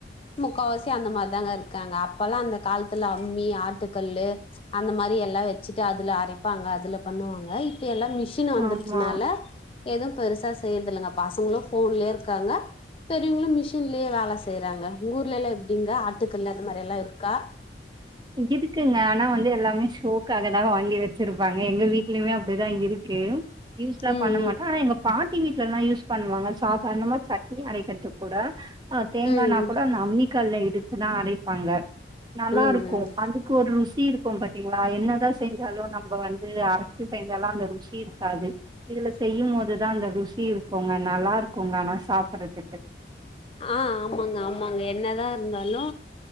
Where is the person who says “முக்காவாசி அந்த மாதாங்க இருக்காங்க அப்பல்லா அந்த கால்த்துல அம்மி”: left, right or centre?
Left